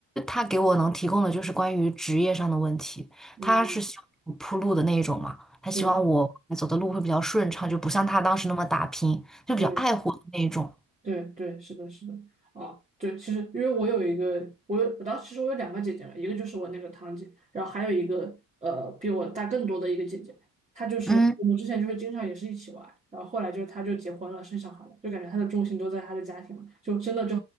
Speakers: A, in the centre; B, on the right.
A: 他给我能提供的就是关于职业上的问题，
B: 嗯，
A: 他是希望我铺路的那一种嘛，他希望我走的路会比较顺畅，
B: 对
A: 就不像他当时那么打拼，就比较爱护的那一种。
B: 对，对对，是的，是的，啊，对，其实因为我有一个，我有我当时其实我有两个姐姐嘛，一个就是我那个堂姐，然后还有一个呃比我大更多的一个姐姐，她就是我们之前就是经常也是一起玩，
A: 嗯，
B: 然后后来就是她就结婚了，生小孩了，就感觉她的重心都在她的家庭嘛，就真的就